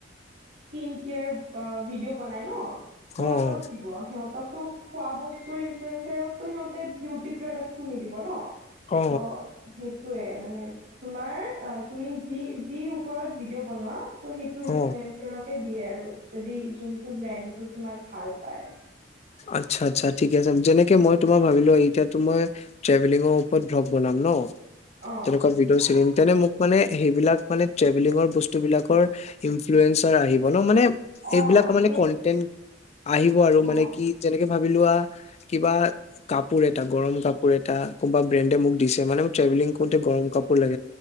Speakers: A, on the right; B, on the left.
A: স্কিন কেয়াৰ অ', ভিডিঅ' বনাই ন'। সিহঁতক
B: অ
A: দিব, সিহঁতক তোক খোৱা বচ তোৰ ইনফ্লুৱেঞ্চাৰকটো সিহঁতে বিউটি প্ৰডাক্টবোৰ নিদিব ন',
B: অ
A: ত' সেই য়ে, মানে তোমাৰ অ', তুমি যি যি, ওপৰত ভিডিঅ' বনোৱা ত' সেইটো ইনফ্লুৱেঞ্চ
B: অ
A: দিয়ে আৰু যদি যোনটো ব্ৰেণ্ডটো তোমাক ভাল পায়।
B: আচ্ছা আচ্ছা ঠিক আছে যেনেকে মই তোমাৰ ভাবিলো এতিয়া মই ট্ৰেভেলিঙৰ ওপৰত ব্লগ বনাম ন।
A: অ
B: তেনেকুৱা ভিডিঅ' চিৰিম তেনে মোক মানে সেইবিলাক মানে ট্ৰেভেলিঙৰ বস্তু বিলাকৰ ইনফ্লুয়েঞ্চাৰ আহিব ন মানে।
A: অ
B: এইবিলাক মানে
A: সেইটোৱে
B: কন্টেন্ট আহিব আৰু
A: অ
B: মানে এনেকে ভাবি লোৱা কিবা কাপোৰ এটা গৰম কাপোৰ এটা কোনোবা ব্ৰেণ্ডে মোক দিছে মানে মোক ট্ৰেভেলিং কৰোতে গৰম কাপোৰ লাগ